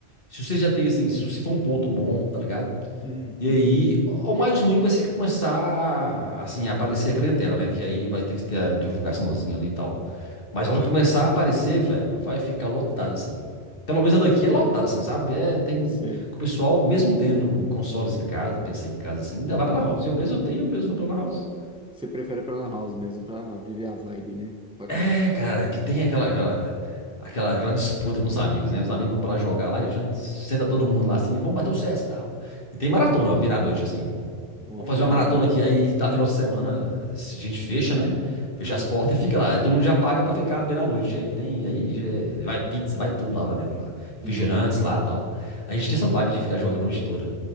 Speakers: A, on the left; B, in the centre.
A: se você já tem assim, se você for um ponto bom, tá ligado?
B: Uhum.
A: E aí, o mais ruim vai ser que começar assim, a aparecer a clientela, né? Que aí vai ter que ter a divulgaçãozinha ali e tal. Mas a hora que começar a aparecer, velho, vai ficar lotado assim. Pelo menos a daqui é lotada, assim, sabe? É, tem.
B: Sei.
A: O pessoal, mesmo tendo consoles em casa, PC em casa, assim, ainda vai pra Lan House. Eu mesmo eu tenho, eu mesmo vou pra Lan House.
B: Você prefere pra Lan House mesmo, pra viver a vibe, né? Com a galera.
A: É, cara, que tem aquela, aquela, aquela, aquela disputa com os amigos, né? Os amigos vão pra lá jogar lá e junto, senta todo mundo lá assim, vamos bater um CS e tal. E tem maratona, virar a noite, assim.
B: Pô,
A: Vamos
B: que
A: fazer
B: da
A: uma maratona
B: hora,
A: aqui,
B: mano.
A: aí da final de semana a gente fecha, né? Fecha
B: Uhum.
A: as portas e fica lá. E todo mundo já paga pra ficar virar a noite. Aí tem, aí já- é, vai pizza, vai tudo lá pra dentro lá. Refrigerantes
B: Não.
A: lá e tal. A gente tem essa vibe de ficar jogando a noite toda.